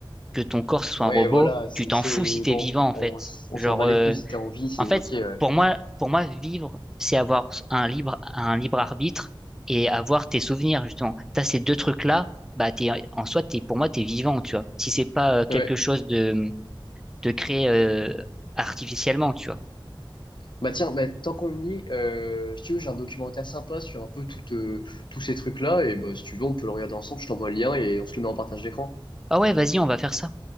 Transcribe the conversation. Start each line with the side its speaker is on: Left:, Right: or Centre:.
Centre: que ton corps soit
Left: Ouais,
Centre: un robot,
Left: voilà, c'est
Centre: tu t'en
Left: c'est-
Centre: fous si t'es
Left: bon,
Centre: vivant en
Left: on,
Centre: fait.
Left: s- on
Centre: Genre,
Left: s'en bat
Centre: euh,
Left: les couilles si t'as envie, c'est
Centre: en fait,
Left: ok, ouais.
Centre: pour moi, pour moi, vivre, c'est avoir un libre, un libre arbitre et avoir tes souvenirs justement. T'as ces deux trucs-là, bah t'es, en soi, t'es, pour moi, t'es vivant, tu vois. Si c'est pas euh, quelque
Left: Ouais.
Centre: chose de, de créé euh, artificiellement, tu vois.
Left: Bah tiens, bah, tant qu'on y est, euh, si tu veux, j'ai un documentaire sympa sur un peu tout, euh, tous ces trucs-là. Et bah, si tu veux, on peut le regarder ensemble. Je t'envoie le lien et on se le met en partage d'écran.
Centre: Ah ouais, vas-y, on va faire ça.